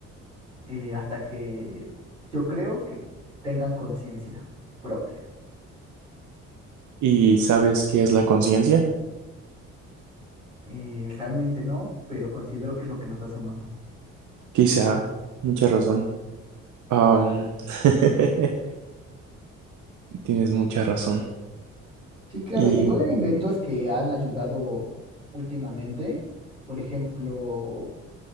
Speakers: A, on the right (about 85°); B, on the right (about 50°).
A: eh, hasta que yo creo que tengan conciencia propia.
B: ¿Y sabes qué es la conciencia?
A: Eh, realmente no, pero considero que es lo que nos hace humanos.
B: Quizá, mucha razón. Am, <laughs> tienes mucha razón.
A: Sí, claro,
B: Y
A: igual hay inventos que han ayudado últimamente, por ejemplo,